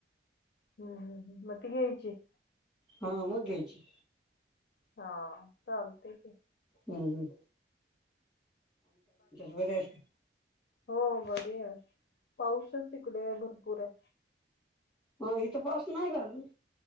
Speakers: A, on the left; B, in the centre.
A: हम्म हम् हम् मग ती घ्यायची.
B: हा मग घ्यायची.
A: हा चालतय की.
B: हम् हम्. बरी आहेस का
A: हो बरी आहे पाऊसच इकडं भरपूर आहे.
B: हो इथं पाऊस नाही गं अजून.